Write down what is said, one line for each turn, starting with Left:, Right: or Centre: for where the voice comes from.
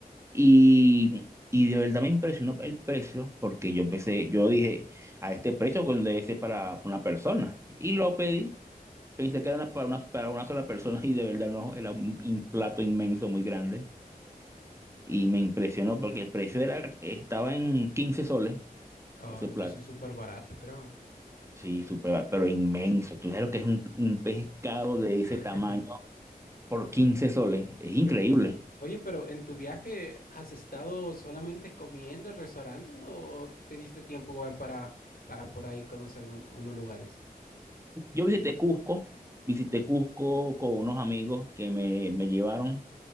Right: y... Y de verdad me impresionó el precio porque yo empecé, yo dije, a este precio pues, debe ser para una persona. Y lo pedí. Pensé que era una- para, una, para una sola persona y de verdad no, era un, un plato inmenso, muy grande. Y me impresionó porque el precio era, estaba en quince soles
Left: Oh,
Right: ese
Left: and-
Right: plato.
Left: eso es súper barato, creo.
Right: Sí, súper barato, pero inmenso. Tú sabes lo que es un, un pescado de ese
Left: <laughs>
Right: tamaño por 15 soles. Es increíble.
Left: Pe- Oye, pero en tu viaje, ¿has estado solamente comiendo en restaurantes o te diste tiempo igual para, para por ahí conocer un- unos lugares?
Right: Yo visité Cusco, visité Cusco con unos amigos que me, me llevaron.